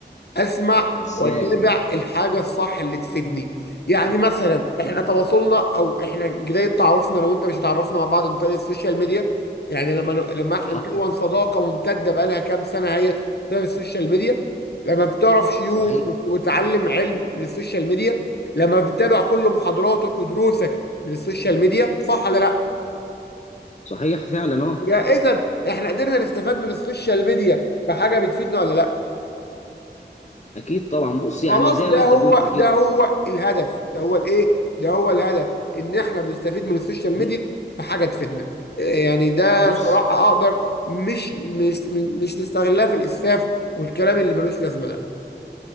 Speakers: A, on the left (about 65°); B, on the left (about 40°).
A: اسمع
B: ازاي
A: واتابع
B: يعني
A: الحاجه الصح اللي تفيدني يعني مثلا احنا تواصلنا او احنا بدايه تعرفنا لو انت مش اتعرفنا مع بعض من طريق السوشيال ميديا يعني لما لما احنا
B: حصل
A: نكون صداقه ممتده بقالها كام سنه هي بسبب السوشيال ميديا لما بتعرف شيوخ
B: صحيح
A: وت- وتتعلم علم من السوشيال ميديا لما بتتابع كل محاضراتك ودروسك من السوشيال ميديا صح ولا لا؟
B: صحيح فعلا اه
A: يا اذا احنا قدرنا نستفاد من السوشيال ميديا في حاجه بتفيدنا ولا لا؟
B: اكيد طبعا بص يعني
A: خلاص
B: زي
A: ده
B: ما انت
A: هو
B: قلت كده
A: ده هو الهدف ده هو الايه ده هو الهدف ان احنا بنستفيد من السوشيال ميديا
B: زي-
A: في حاجه تفيدنا إيه يعني ده
B: بص
A: صراحه اقدر مش مش مش نستغلها في الاسفاف والكلام اللي ملوش لازمه ده